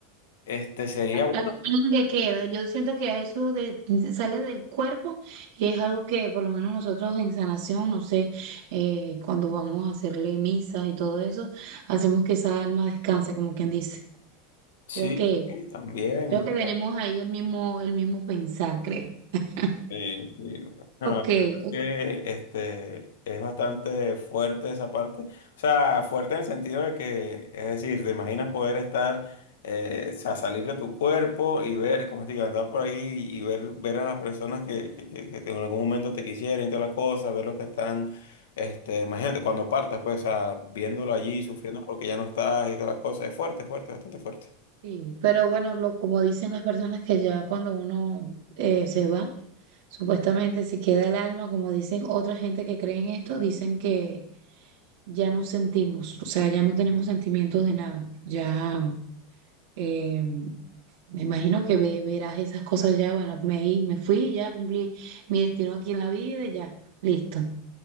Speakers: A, on the left (about 85°); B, on the right (about 85°).
A: Este sería
B: Algo
A: bueno,
B: que queda, yo siento que eso de, sale del cuerpo y es algo que por lo menos nosotros en sanación, no sé, eh, cuando vamos a hacerle misas y todo eso, hacemos que esa alma descanse, como quien dice.
A: sí,
B: Creo que
A: sí, también.
B: Creo que tenemos ahí el mismo, el mismo pensar, creo. <laughs>
A: Sí, sí. No,
B: Ok,
A: la verdad es
B: ok,
A: que este, es bastante fuerte esa parte. O sea, fuerte en el sentido de que, es decir, te imaginas poder estar, eh, o sea, salir de tu cuerpo y ver, como te digo, andar por ahí y ver, ver a las personas que, que, que- que te- en algún momento te quisieran y toda la cosa, ver los que están, este, imagínate, cuando partas, pues, o sea, viéndolo allí, sufriendo porque ya no estás y toda la cosa. Es fuerte, fuerte, bastante fuerte.
B: sí, pero bueno, lo, como dicen las personas que ya cuando uno eh, se va, supuestamente se queda el alma, como dicen otra gente que cree en esto, dicen que ya no sentimos, o sea, ya no tenemos sentimientos de nada, ya eh, me imagino que ve- verás esas cosas ya, bueno, me, i- me fui, ya cumplí mi destino aquí en la vida y ya, listo,